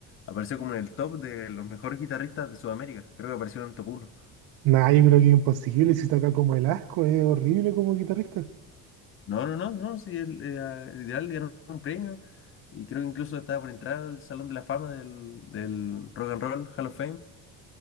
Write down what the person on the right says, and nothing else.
Nada, yo creo que es imposible. Si toca como el asco, es horrible como guitarrista.